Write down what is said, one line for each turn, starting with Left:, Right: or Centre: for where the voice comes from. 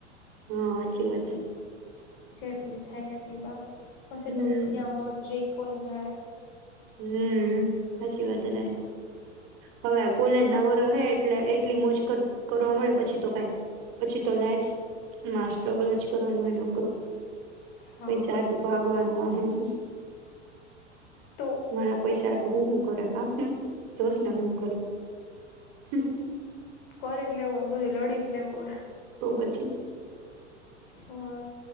Right: હા સાચી વાત
Left: જેટલી થાય એટલી બાપ પછી
Right: હમ
Left: તો ક્યાં <unintelligible> કોણ જાણે
Right: હમ સાચી વાત છે તારે હવે કોલેજ
Left: હમ
Right: ના વરહે એટલે એટલી મોજ કરવા મળે પછી તો ક પછી તો લાઈફમાં સ્ટ્રગલ જ કરવાનું એ ન કરું
Left: હા
Right: પૈસાટું ભાગવાનું આ <inaudible>
Left: તો
Right: મારે પૈસાટું હુંું કરે ક જોશ ને હું કરે હમ
Left: કોરીટ લેવું હ બધું લડી લેવું હ
Right: તો પછી
Left: હમ